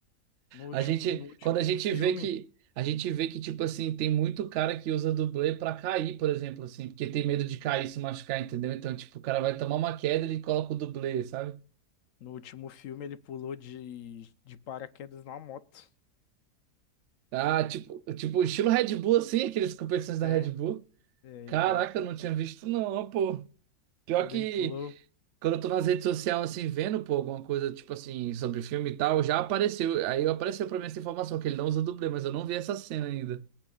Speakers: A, on the left (about 60°); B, on the right (about 65°).
A: No último,
B: a gente,
A: no último
B: quando a gente
A: filme.
B: vê que, a gente vê que, tipo assim, tem muito cara que usa dublê pra cair, por exemplo, assim, porque tem medo de cair, se machucar, entendeu? Então, tipo, o cara vai tomar uma queda, ele coloca o dublê, sabe?
A: No último filme ele pulou de, de paraquedas numa moto.
B: Ah, tipo, tipo, estilo Red Bull, assim, aqueles competições da
A: É,
B: Red Bull.
A: é,
B: Caraca,
A: exato.
B: eu não tinha visto, não, pô. Pior
A: Quando
B: que
A: ele pulou,
B: quando eu tô nas redes sociais, assim, vendo, pô, alguma coisa, tipo assim, sobre filme e tal, já apareceu. Aí apareceu pra mim essa informação, que ele não usa dublê, mas eu não vi essa cena ainda.